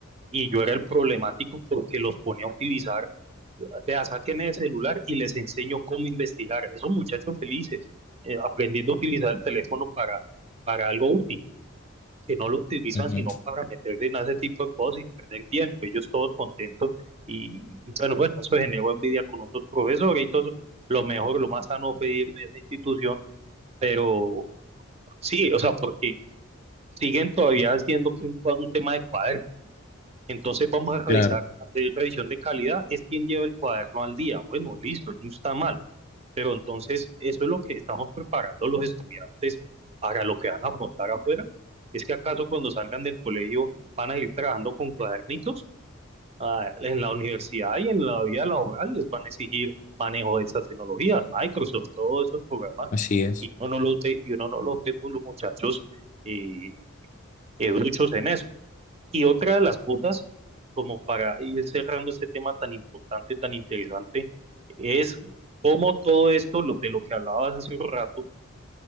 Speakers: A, on the right (about 30°); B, on the left (about 35°).
A: y yo era el problemático porque los ponía a utilizar vea, sáquenme el celular y les enseño cómo investigar. Esos muchachos felices, eh, aprendiendo a utilizar el teléfono para, para algo útil, que no lo utilizan
B: Ujú,
A: sino para meterse en ese tipo de cosas y perder tiempo. Ellos todos contentos y, y bueno, bueno, eso generó envidia con otros profesores y todo. eso. Lo mejor, lo más sano fue ir de esa institución, pero sí, o sea, porque siguen todavía haciendo que un, cua- un tema de cuaderno. Entonces vamos a revisar,
B: claro,
A: hacer revisión de calidad, es quien lleva el cuaderno al día. Bueno, listo, no está mal pero entonces, eso es lo que estamos preparando los estudiantes para lo que van a afrontar afuera. ¿Es que acaso cuando salgan del colegio van a ir trabajando con cuadernitos? Ah, en la universidad y en la vida laboral les van a exigir manejo de esas tecnologías, Microsoft, todos esos programas,
B: así es.
A: y uno no los ve, y uno no los ve muy los muchachos eh, educhos en eso. Y otra de las cosas, como para ir cerrando este tema tan importante, tan interesante, es cómo todo esto, lo, de lo que hablabas hace un rato,